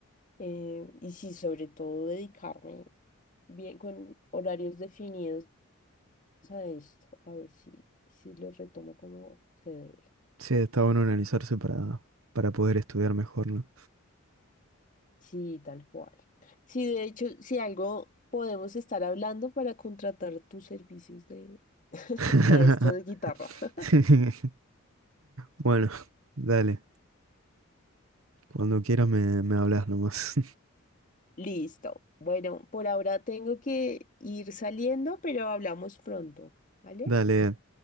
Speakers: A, on the left; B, on the right.
A: Eh, y sí, sobre todo dedicarme bien con horarios definidos a esto, a ver si, si lo retomo como se debe.
B: Sí, está bueno organizarse para, para poder estudiar mejor, ¿no?
A: Sí, tal cual. Sí, de hecho, si algo podemos estar hablando para contratar tus servicios de <laughs>
B: <laughs>
A: maestro de guitarra. <laughs>
B: Bueno, dale. Cuando quieras me, me hablas nomás.
A: Listo. Bueno, por ahora tengo que ir saliendo, pero hablamos pronto,
B: <laughs>
A: ¿vale?
B: Dale.